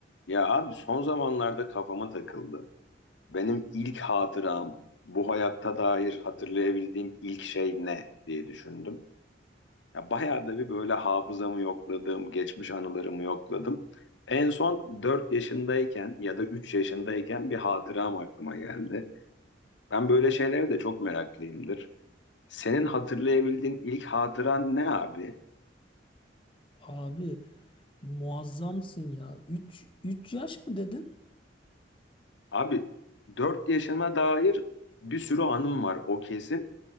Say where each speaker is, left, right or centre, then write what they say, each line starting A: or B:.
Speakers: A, on the left; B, on the left.
A: Ya abi son zamanlarda kafama takıldı. Benim ilk hatıram, bu hayatta dair hatırlayabildiğim ilk şey ne diye düşündüm. Ya bayağı da bir böyle hafızamı yokladım, geçmiş anılarımı yokladım. En son 4 yaşındayken ya da 3 yaşındayken bir hatıram aklıma geldi. Ben böyle şeylere de çok meraklıyımdır. Senin hatırlayabildiğin ilk hatıran ne abi?
B: Abi muazzamsın ya. üç üç yaş mı dedin?
A: Abi 4 yaşıma dair bir sürü anım var o kesin.